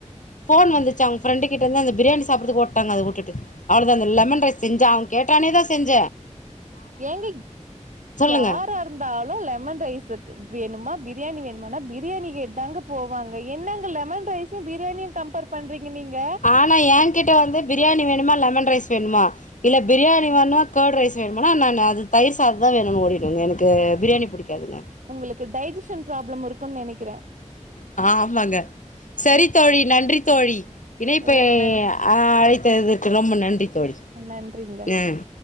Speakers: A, on the left; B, on the right.
A: ஃபோன் வந்துச்சு அவுங்க ஃப்ரெண்டுக்கிட்டருந்து அந்த பிரியாணி சாப்புறதுக்கு ஓட்டாங்க அத வுட்டுட்டு அவ்ளதா இந்த லெமன் ரைஸ் செஞ்சா அவ கேட்டானே தா செஞ்ச
B: ஏங்க இப்
A: சொல்லுங்க
B: யாரா இருந்தாலு லெமன் ரைஸ்க்கு வேணுமா பிரியாணி வேணுமானா பிரியாணி கேட்டுதாங்க போ போவாங்க என்னங்க லெமன் ரைஸும் பிரியாணியும் கம்பேர் பண்றீங்க நீங்க
A: ஆனா ஏன்கிட்ட வந்து பிரியாணி வேணுமா லெமன் ரைஸ் வேணுமா இல்ல பிரியாணி வேணுமா கர்ட் ரைஸ் வேணுமானா நானு அது தயிர் சாதந்தா வேணுனு ஓடிடுவங்க எனக்கு பிரியாணி புடிக்காதுங்க
B: உங்குளுக்கு டைஜிஷன் ப்ராப்ளம் இருக்கும்ன்னு நெனைக்கிறே
A: ஆமாங்க சரி தோழி நன்றி தோழி இனைப்பை
B: ஓ நன்
A: ஆ அழைத்ததற்க்கு ரொம்ப நன்றி தோழி
B: நன்றிங்க
A: ம்